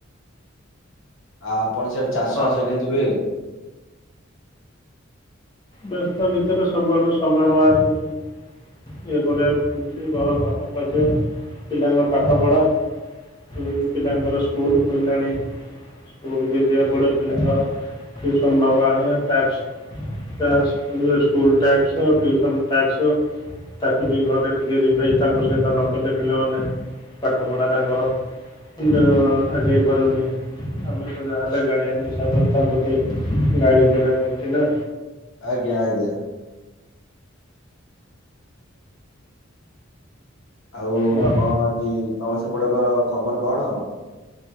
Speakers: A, on the left; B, on the left.
A: ଆଉ ଆପଣ ସିଆଡେ ଚାଷ
B: ହଁ
A: ବାସ
B: ହଁ
A: କେମିତି ହୁଏ?
B: ବ୍ୟସ୍ତ ଭିତରେ ସବୁଆଡୁ ସମୟ ବାହାର କରି ଇଏ କରିବାକୁ ପଡ଼ୁଚି ଘର କାମ ଖର୍ଚ୍ଚ, ପିଲାଙ୍କ ପାଠ ପଢା। ବହୁ ପିଲାଙ୍କର ସ୍କୁଲ ଖୋଲିଲାଣି। ସ୍କୁଲକୁ ଯିବାକୁ ପଡେ ପିଲାଙ୍କର ଟ୍ୟୁସନ ନବା ଆଣିବା ତା ସ ସ୍କୁଲ ଟ୍ୟାକ୍ସ, ଟ୍ୟୁସନ ଟ୍ୟାକ୍ସ। ତାକୁ ବି ଘରେ ଟିକେ ରିଭାଇଜ ତାଙ୍କ ସହିତ ନକଲେ ପିଲାମାନେ ପାଠ ପଢା ତାଙ୍କର ଯଉ ଆଗେଇ ପାରିବନି। ଆମେ ତ ଯାହାହେଲେ ଗାଡିଆନ ହିସାବରେ ତାଙ୍କୁ ଟିକେ ଗାଳି କରିବାକୁ ପଡ଼ୁଚି ନା।
A: ଆଜ୍ଞା ଆଜ୍ଞା! ଆଉ
B: ହଁ
A: କଁ ଆଜି ତମ ସେପଟକର ଖବର କଣ?